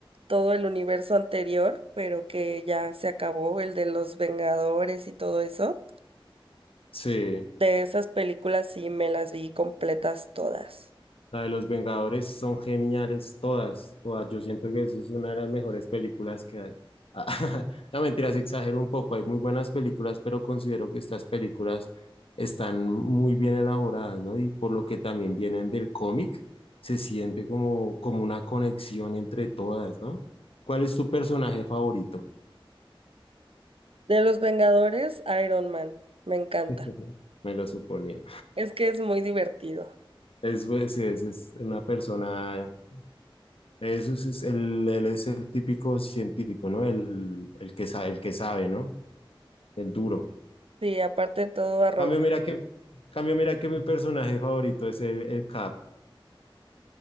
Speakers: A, on the right; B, on the left.
A: todo el universo anterior, pero que ya se acabó, el de los Vengadores y todo eso.
B: Sí.
A: De esas películas sí me las vi completas todas.
B: La de los Vengadores son geniales todas, todas. Yo siento que eso es una de las mejores películas que hay. <laughs> No, mentiras, exagero un poco. Hay muy buenas películas, pero considero que estas películas están muy bien elaboradas, ¿no? Y por lo que también vienen del cómic, se siente como, como una conexión entre todas, ¿no? ¿Cuál es tu personaje favorito?
A: De los Vengadores, Iron Man. Me encanta.
B: <laughs> Me lo suponía.
A: Es que es muy divertido.
B: Es, pues, sí, es, es una persona Eso es, es el, él es el típico científico, ¿no? El, el que sabe, el que sabe, ¿no? El duro.
A: Sí, aparte de todo arrogante.
B: Cambio, mira que, cambio, mira que mi personaje favorito es el, el Cap.